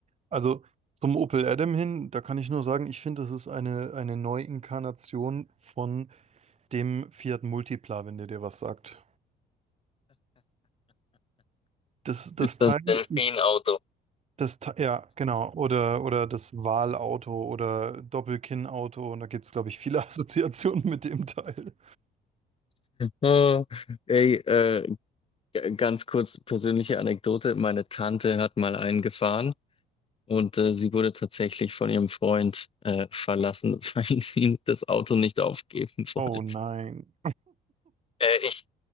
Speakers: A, on the right; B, on the left.
A: Also zum Opel Adam hin, da kann ich nur sagen, ich finde, das ist eine, eine Neuinkarnation von dem Fiat Multipla, wenn der dir was sagt. Das, das Teil
B: Das Delfin-Auto.
A: ist,
B: <laughs>
A: das, Te- ja, genau, oder, oder das Wahlauto oder Doppelkinnauto, und da gibt es, glaube ich, viele <laughs> Assoziationen mit dem Teil.
B: Oh, ey, äh, g- ganz kurz persönliche Anekdote. Meine Tante hat mal einen gefahren. Und äh, sie wurde tatsächlich von ihrem Freund äh, verlassen, <laughs> weil sie das Auto nicht aufgeben
A: Oh
B: wollte.
A: nein.
B: Äh, ich,